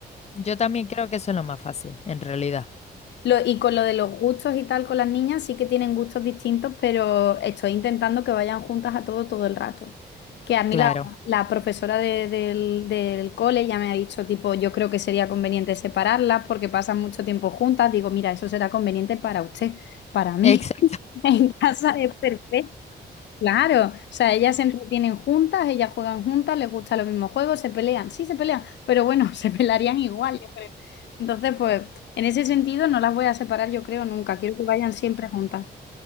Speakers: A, on the left; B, on the left.
A: Yo también creo que eso es lo más fácil, en realidad.
B: Lo- y con lo de los gustos y tal, con las niñas sí que tienen gustos distintos, pero estoy intentando que vayan juntas a todo todo el rato. Que a mí
A: Claro.
B: la, la profesora de- del, del cole ya me ha dicho, tipo, yo creo que sería conveniente separarlas porque pasan mucho tiempo juntas. Digo, mira, eso será conveniente para usted, para mí.
A: Exacto.
B: <laughs> En casa es perfecto. Claro, o sea, ellas se entretienen juntas, ellas juegan juntas, les gustan los mismos juegos, se pelean, sí se pelean, pero bueno, <laughs> se pelearían igual, yo creo. Entonces, pues, en ese sentido no las voy a separar, yo creo, nunca. Quiero que vayan siempre juntas.